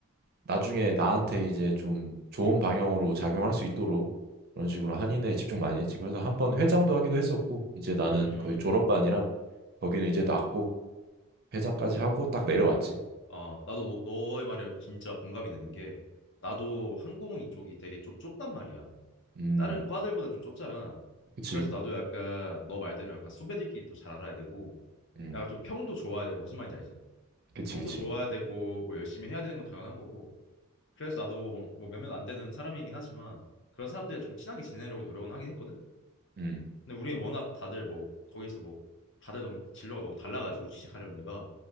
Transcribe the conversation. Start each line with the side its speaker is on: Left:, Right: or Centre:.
Right: 나중에 나한테 이제 좀 좋은 방향으로 작용할 수 있도록 그런 식으로 한인회에 집중 많이 했지. 그래서 한번 회장도 하기도 했었고, 이제 나는
Left: 음.
Right: 거의 졸업반이라 거기는 이제 놨고 회장까지 하고 딱 내려왔지.
Left: 아, 나도 너, 너의 말에 진짜 공감이 되는 게 나도 항공 이쪽이 되게 좀 좁단 말이야.
Right: 음,
Left: 다른 과들보다 좀 좁잖아.
Right: 그치.
Left: 그래서 나도 약간 너 말대로 약간 선배들끼리 또 잘 알아야 되고
Right: 음,
Left: 약간 좀 평도 좋아야 되고 무슨 말인지 알지?
Right: 그치,
Left: 평도
Right: 그치.
Left: 좋아야 되고 뭐 열심히 해야 되는 건 당연한 거고 그래서 나도 뭐 몇몇 안 되는 사람이긴 하지만 그런 사람들이랑 좀 친하게 지내려고 노력은 하긴 했거든.
Right: 음,
Left: 근데 우리는 워낙 다들 뭐 거기서 뭐 다들 너무 진로가 너무 달라가지고 취직하려는 데가